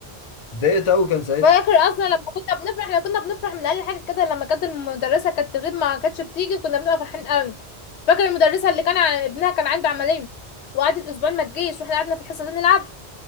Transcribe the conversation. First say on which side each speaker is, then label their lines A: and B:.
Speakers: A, on the left (about 45°); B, on the left (about 85°).
A: اتضايقت قوي كان ساعتها
B: فاكر اصلا لما كنا بنفرح لما كنا بنفرح من اقل حاجة كده لما كانت المدرسة كانت تغيب ما كانتش بتيجي كنا بنبقى فرحين قوي فاكر المدرسة اللي كان ع- ابنها كان عنده عملية وقعدت اسبوعين ما تجيش واحنا قعدنا في الحصة دي نلعب